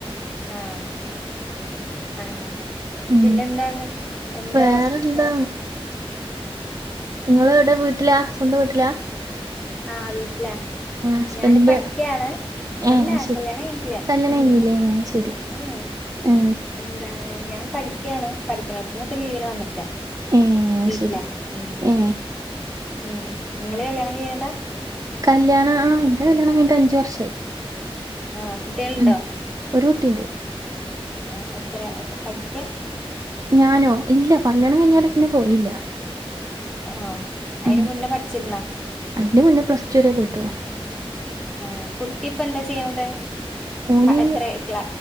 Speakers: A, in the centre; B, on the right.
A: അ ആ അങ്ങനെ
B: ഉം
A: പിന്നെ എന്താണ് എന്താ
B: വേറെന്താ
A: വ
B: ഇങ്ങള് എവ് ടാ വീട്ട് ലാ സ്വന്തം വീട്ട് ലാ
A: ആ വീട്ട് ലാ
B: ഹസ്ബൻഡിന്റെ
A: ഞാന് പഠിക്കാണ്
B: ഏ
A: അല്ല
B: അത് ശരി
A: കല്യാണം കഴിഞ്ട്ടില്ലഉം
B: കല്യാണം കഴിഞ്ഞില്ലേ അത് ശരി
A: <unintelligible>
B: ഏ
A: എന്തേ ഞാൻ പഠിക്കാണ് പഠിക്കിണോടത്ത്ന്ന് ഇപ്പ ലീവിന് വന്ന്ക്ക
B: ഏ അത്
A: വീട്ട്ലാ
B: ശരി
A: ഉം മ്
B: ഏ
A: മ്മ് ഇങ്ങള് കല്യാണം കഴിഞ്ഞതാ
B: കല്യാണ ആ ഇന്റെ കല്യാണം കഴിഞ്ഞിട്ട് അഞ്ച് വർഷായി
A: ആ കുട്ട്യേള്
B: ഉം
A: ണ്ടോ
B: ഒരു കുട്ടിണ്ട്
A: ആ എത്ര <unintelligible> പഠിക്ക
B: ഞാനോ ഇല്ല പല്യാണം കഴിഞ്ഞാരേ പിന്നെ പോയില്ല
A: ഒ ഓ അയിന്
B: ഉം
A: മുന്നേ പഠിച്ചിരുന്നാ
B: അയിന്റെ മുന്നേ പ്ലസ് ടു വരെ പോയിട്ടുള്ളു
A: അ ആ കുട്ടിപ്പ എന്താ ചെയ്യണത്
B: ഓന്
A: പ എത്ര ക്ല